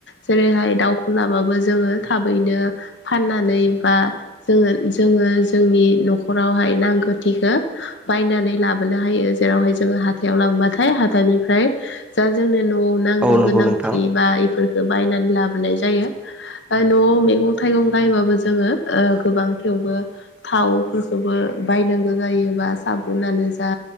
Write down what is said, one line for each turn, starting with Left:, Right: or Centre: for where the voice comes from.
Left: जेरैहाय दाउखौ लाबाबो जोङो थाबैनो फाननानै बा जोङो जोङो जोंनि नखरावहाय नांगौथिखो बायनानै लाबोनो हायो जेरावहाय जोङो हाथायाव लांबाथाय हाथायनिफ्राय जा जोंनो ना नांगौ
Centre: औ नंगौ
Left: गोनांथि
Centre: नोंथां
Left: बा इफोरखो बायनानै लाबोनाय जायो। ओ न'आव मैगं थाइगं गायबाबो जोङो ओ गोबां थेवबो थावफोरखोबो बायनांगौ जायोबा साबुनानो जा